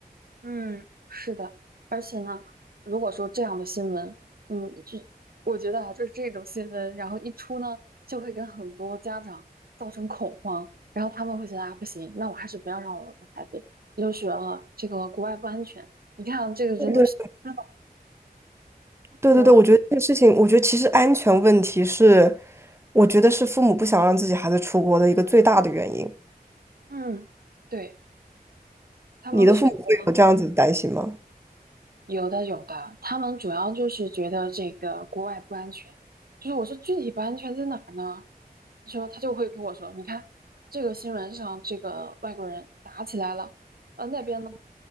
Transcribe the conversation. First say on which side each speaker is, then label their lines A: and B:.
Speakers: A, on the right; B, on the right.
A: 嗯，是的。而且呢，如果说这样的新闻，嗯，这我觉得啊，就是这种新闻，然后一出呢，就会跟很多家长造成恐慌，然后他们会觉得啊，不行，那我还是不要让我的孩子留学了，这个国外不安全。你看啊，这个人都消了，
B: 对对对对，
A: 对吧？
B: 我觉得这个事情，我觉得其实安全问题是，我觉得是父母不想让自己孩子出国的一个最大的原因。
A: 嗯，对。他们会觉得
B: 你的父母会有这样子的担心吗？
A: 有的有的，他们主要就是觉得这个国外不安全，就是我说具体不安全在哪儿呢？他说他就会跟我说，你看这个新闻上这个外国人打起来了，呃那边呢